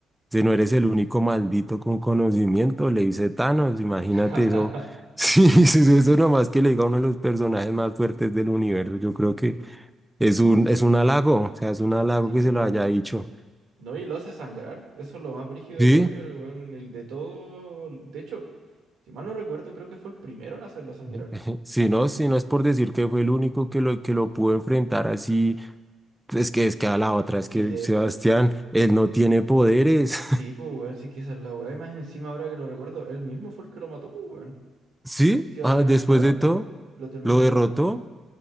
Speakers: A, in the centre; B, on the right.
A: Si no eres el único maldito con conocimiento, le dice Thanos, imagínate
B: <laughs>
A: eso. <laughs> Sí, sí, sí, eso nomás que le diga uno de los personajes más fuertes del universo, yo creo que es un, es un halago, o sea, es un halago
B: Sí,
A: que se lo
B: pues.
A: haya dicho.
B: No, y lo hace sangrar. Eso es lo más brígido
A: Sí,
B: de todo, que el weón, el de todo. De hecho, si mal no recuerdo, creo que fue el primero en hacerlo sangrar.
A: <laughs> si no, si no es por decir que fue el único que lo, que lo pudo enfrentar así. pues Es que es que a la otra, es
B: Y
A: que
B: de.
A: Sebastián, él no tiene poderes.
B: Sí, pues, weón, sí que esa es la weá. Y más encima, ahora que lo recuerdo, él mismo fue el que lo mató, pues, weón.
A: Sí,
B: Sí, al
A: ah,
B: final,
A: después
B: claro,
A: de
B: pues,
A: todo,
B: lo termina
A: lo
B: matando.
A: derrotó.